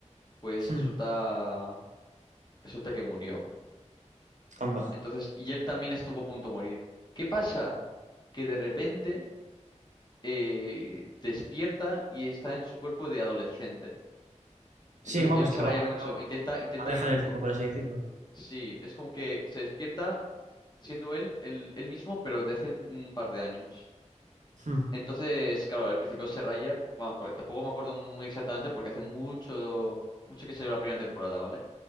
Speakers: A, on the left; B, on the right.
A: pues
B: Hmm.
A: resulta, resulta que murió.
B: Anda.
A: Entonces, y él también estuvo a punto de morir. ¿Qué pasa? Que de repente eh, despierta y está en su cuerpo de adolescente. Entonces,
B: Sí, que vamos,
A: él se
B: que
A: raya
B: ha ido
A: mucho, intenta, intenta
B: abeja
A: ir reco-
B: en el tiempo, por así decirlo.
A: Sí, es como que se despierta siendo él el, el mismo, pero de hace un par de años.
B: Hmm.
A: Entonces, claro, al principio se raya, vamos, porque tampoco me acuerdo muy exactamente porque hace mucho, mucho que salió la primera temporada, ¿vale?